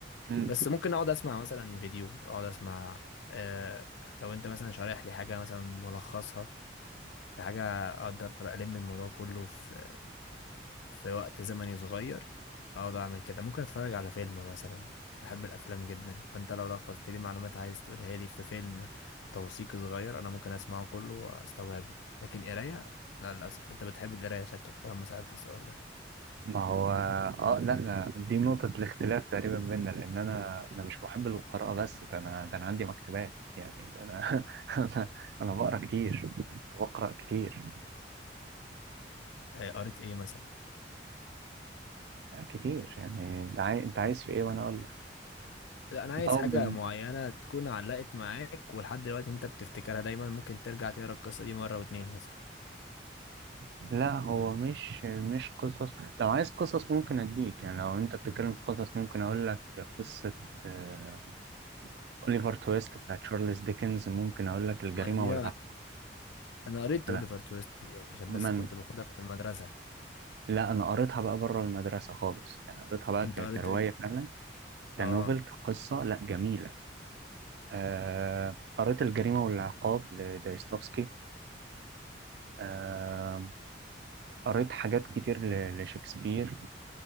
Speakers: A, on the right; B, on the left.
A: مم.
B: بس ممكن اقعد اسمع مثلا فيديو اقعد اسمع آه لو انت مثلا شارح لي حاجه مثلا ملخصها في حاجه اقدر الم الموضوع كله في في وقت زمني صغير اقعد اعمل كده ممكن اتفرج على فيلم مثلا بحب الافلام جدا فانت لو لخصت لي معلومات عايز تقولها لي في فيلم توثيقي صغير انا ممكن اسمعه كله واستوعبه لكن قرايه لا للاسف انت بتحب القرايه شكلك طالما سالت السؤال ده
A: ما هو اه لا لا دي نقطة الاختلاف تقريبا بيننا لأن أنا أنا مش محب للقراءة بس ده أنا ده أنا عندي مكتبات يعني ده أنا <laughs> أنا أنا بقرا كتير وأقرأ كتير
B: آه قريت ايه مثلا
A: كتير يعني أنت عايز أنت عايز في إيه وأنا أقول لك
B: لا انا عايز
A: أو
B: حاجه
A: بال...
B: معينه تكون علقت معاك ولحد دلوقتي انت بتفتكرها دايما ممكن ترجع تقرا القصه دي مره واتنين مثلا
A: لا هو مش مش قصص لو عايز قصص ممكن أديك يعني لو أنت بتتكلم في قصص ممكن أقول لك قصة آه، أوليفر تويست بتاع تشارلز ديكنز ممكن أقول لك الجريمة
B: ما دي
A: والعقاب
B: انا قريت
A: أنا
B: اوليفر تويست دي عشان
A: من
B: بس كنت باخدها في المدرسه
A: لا أنا قريتها بقى بره المدرسة خالص يعني قريتها بقى
B: انت
A: ك-
B: قريت
A: كرواية
B: إيه؟
A: فعلا كنوفل
B: اه
A: كقصة لا جميلة آه قريت الجريمة والعقاب لدايستوفسكي آه قريت حاجات كتير ل- لشكسبير